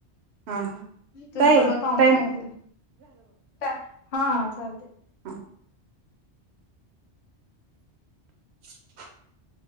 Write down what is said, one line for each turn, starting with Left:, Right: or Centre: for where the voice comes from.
Right: हा हा
Left: तरी
Right: ताई
Left: परवा पाहुणे
Right: टाईम
Left: सांगितलेले काय? हा चालते.
Right: हहा. <inaudible>